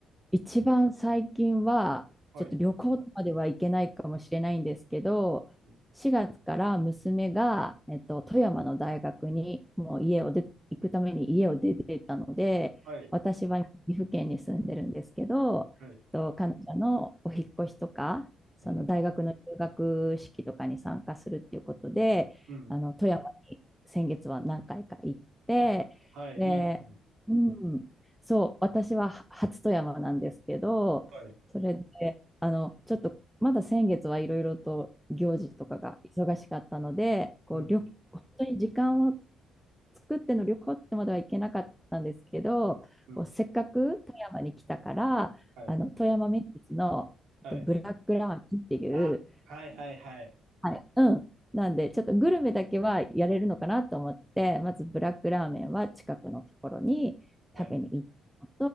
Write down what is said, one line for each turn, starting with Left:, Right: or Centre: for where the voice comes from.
Centre: 一番最近は、
Right: はい。
Centre: ちょっと旅行までは行けないかもしれないんですけど、
Right: うん。
Centre: 4月から娘が、えっと、富山の大学にもう家を出、行くために家を出てたので、
Right: はい。
Centre: 私は岐阜県に住んでるんですけど、
Right: はい。
Centre: えっと、彼女のお引っ越しとか、その大学の入学式とかに参加するっていうことで、
Right: うん。うん。
Centre: あの富山に先月は何回か行って、
Right: あ、はい。
Centre: で、
Right: いいですね。
Centre: うん、そう、私はは初富山なんですけど、
Right: はい。
Centre: それで、あの、ちょっと、まだ先月はいろいろと行事とかが忙しかったので、
Right: うん。
Centre: こう、
Right: うん。
Centre: 旅、本当に時間を作っての旅行ってまではいけなかったんですけど、
Right: うん。
Centre: こう、せっかく富山に来たから、
Right: はい。
Centre: あの、富山名物のえっとブラックラーメンっていう、
Right: はい。あ、はいはいはい。
Centre: はい。うん。なんで、ちょっとグルメだけはやれるのかなと思って、まずブラックラーメンは近くのところに食べに行ったの
Right: はい。